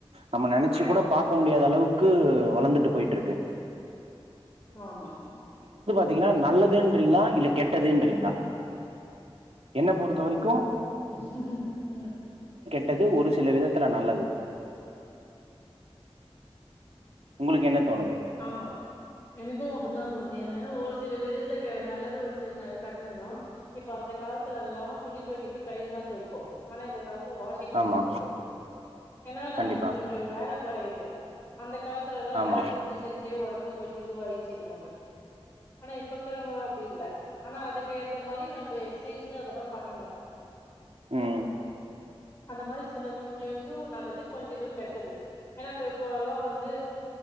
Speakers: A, on the right; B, on the left.
A: நம்ம நினைச்சு கூட பார்க்க முடியாத அளவுக்கு வளர்ந்துட்டு போயிட்டு இருக்கு
B: ஆமா
A: பாத்திங்கனா நல்லதுன்றீங்களா இல்ல கெட்டதுன்றீங்களா என்ன பொறுத்த வரைக்கும்
B: உம்
A: டது அது ஒரு சில விதத்துல நல்லது உங்களுக்கு என்ன தோணுது
B: ஆமா எனக்கும் அப்படித்தான் தோனுது என்ன சில விதத்துல நல்லது ஒரு சில கெ இப்ப அந்த காலத்துல எல்லாம் துணி தொய்க்கிறது தான் கைல தான் தொய்ப்போம் ஆனா இந்த காலத்து வாஷிங் மிஷின்
A: ஆமா
B: கிய்து ஏன்னா நமக்கு
A: கண்டிப்பா
B: கொஞ்சம் வேலை குறையது அந்த காலத்து அந்த காலத்துல
A: ஆமா
B: வேலை செஞ்சு செஞ்சே உடம்பு கொஞ்ச இது ஆயிச்சுனுவாங்க ஆனா இப் இப்பகிரவங்க அப்டி இல்ல ஆனா அதுக்கு ஏத்த மாரி நம்ப எக்சைஸ் அதெல்லாம் பண்ணணும்
A: உம்
B: அந்த மாரி சில கொஞ்ச இதுவும் நல்லது கொஞ்ச இதுவும் கெட்டது ஏன்னா இப்பல்லாம் வந்து